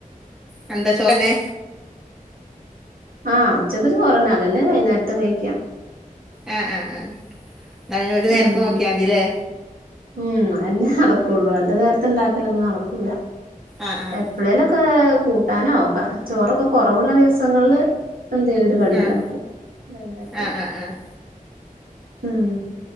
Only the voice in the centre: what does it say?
ആ എന്താ ചോറിനു
ആ ആ എന്നാ ഇനി ഒരു നേരത്തെ
നോക്കിയാ മതില്ലേ
ആഹ് ആഹ്
ആഹ്
ആഹ് ആഹ് ആഹ്